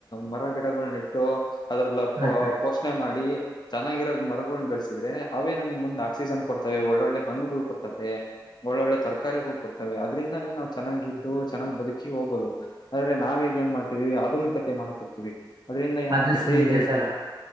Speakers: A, on the left; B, on the right.
A: ಮರ ಗಿಡಗಳ ಇಟ್ಟು ಅದ್ರಲ್ಲ
B: ಹಾ
A: ಪ
B: ಸರ್
A: ಪೋಷಣೆ ಮಾಡಿ ಚೆನ್ನಾಗಿರೋ ಮರಗೋಳನ ಬೆಳೆಸಿದ್ರೆ ಅವೇ ನಮಿಗೆ ಮುಂದೆ ಆಕ್ಸಿಜನ್ ಕೊಡ್ತವೆ ಒಳ್ಳೊಳ್ಳೆ ಹಣ್ಣುಗಳು ಕೊಡ್ತವೆ ಒಳ್ಳೊಳ್ಳೆ ತರಕಾರಿಗಳು ಕೊಡ್ತವೆ ಅದ್ರಿಂದನೇ ನಾವ ಚೆನ್ನಾಗಿದ್ದು ಚೆನ್ನಾಗ್ ಬದುಕಿ ಹೋಗ್ಬಹುದು. ಆದ್ರೆ ನಾವೀಗ ಏನ್ ಮಾಡ್ತಿದವಿ ಆಧುನಿಕತೆ ಮಾಡಕ್ ಹೋಗ್ತೀವಿ ಅದ್ರಿಂದ ಏನ
B: ಅದು
A: ಆಕತಿ
B: ಸ ನಿಜ ಸರ್